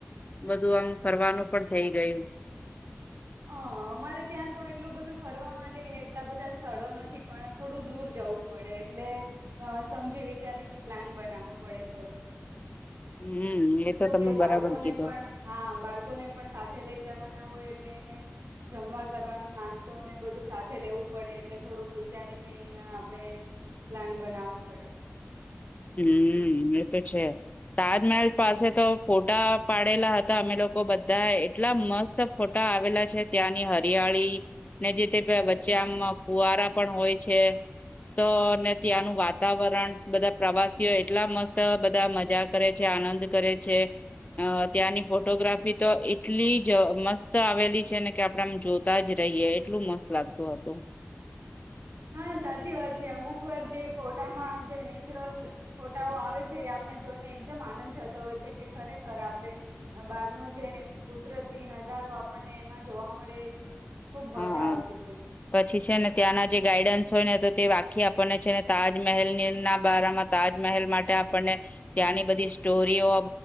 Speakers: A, on the left; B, on the right.
A: બધું આમ ફરવાનું પણ થઇ ગયું.
B: અ અમારે ત્યાં તો એટલું બધું ફરવા માટે એટલા બધા સ્થળો નથી પણ થોડું દૂર જવું પડે એટલે સમજી વિચારીને પ્લાન બનાવવો પડે થોડોક.
A: હમ એ
B: શું
A: તો તમે
B: કે
A: બરાબર
B: બાળકોને
A: કીધું
B: પણ હા બાળકોને પણ સાથે લઈ જવાના હોય એટલે એને જમવા કરવાનું, નાસ્તોને બધું સાથે લેવું પડે એટલે થોડુંક વિચારીને એના આપણેે પ્લાન બનાવવું પડે.
A: હમ્મ, એ તો છે તાજમહેલ પાસે તો ફોટા પાડેલા હતા અમે લોકો બધા એટલા મસ્ત ફોટા આવેલા છે ત્યાંની હ હરિયાળી ને જે તે વચ્ચે આમ ફુવારા પણ હોય છે. તો ને ત્યાંનું વાતાવરણ બધા પ્રવાસીઓ એટલા મસ્ત બધા મજા કરે છે, આનંદ કરે છે. ત્યાંની ફોટોગ્રાફી તો એટલી જ મસ્ત આવેલી છે ને કે આપણે આમ જોતા જ રહીએ એટલું મસ્ત લાગતું હતું.
B: હા સાચી વાત છે. અમુક વાર જે ફોટામાં જે નેચરલ ફોટાઓ આવે છે એ આપણે જોઈને એકદમ આનંદ થતો હોય છે કે ખરેખર આપણે બહાર નું જે કુદરતી નજારો આપણને એમાં જોવા મળે ખુબ મજા
A: હા હા
B: આવતી હોય છે.
A: પછી છે ને ત્યાંના જે ગાઈડન્સ હોય ને તો તે વાખી આપણને છેને તાજમહેલની ના બારામાં તાજમહેલ માટે આપણને ત્યાંની બધી સ્ટોરીઓ અ